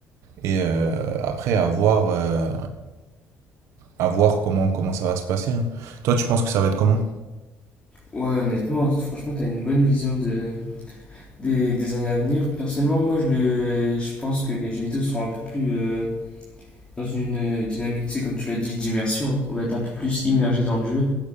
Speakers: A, on the right; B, on the left.
A: et euh, après à voir, euh, à voir comment comment ça va se passer. hein. Toi, tu penses que ça va être comment?
B: Ouais, honnêtement, franchement, t'as une bonne vision de, des, des années à venir. Personnellement, moi, je, le, je pense que les jeux vidéo seront un peu plus euh, dans une euh, dynamique, tu sais, comme tu l'as dit, d'immersion. On va être un peu plus immergé dans le jeu.